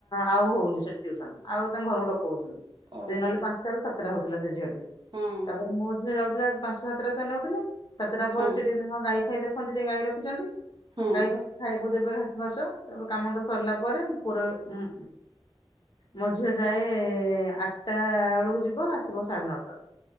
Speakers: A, on the left; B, on the right.
A: ଆଉ ହଉନି ସେଠି ଟିଉସନ ଆଉ ତାଙ୍କ ଘରକୁ ଡକଉଚନ୍ତି।
B: ଓହୋ
A: ସେ ନହେଲେ ପାଞ୍ଚଟା ରାରୁ ସାତଟା ହଉଥିଲା ସେ ଝିଅଟି
B: ହଁ
A: ତାପରେ ମୋ ଝିଅ ଯାଉଥିଲା ପାଞ୍ଚା ସାତଟା ସ ନେଉଥିଲେ ସାତଟା ପରେ
B: ହଁ
A: ସେଟିକେ ତାଙ୍କ ଗାଈ ଫାଇ ଦେଖନ୍ତି ଟିକେ ଗାଈ ରଖିଛନ୍ତି
B: ହଁ
A: ଗାଈ ଫ ଖାଇ ତାକୁ ଦେବେ ଘାସ ଫାସ ତାପରେ କାମଧନ୍ଦା ସରିଲା ପରେ ପୁରା ଉଁ ମୋ ଝିଅ ଯାଏ ଆଠଟା ବେଳକୁ ଯିବ ଆସିବ ସାଢେ ନଅଟା ବେଳକୁ।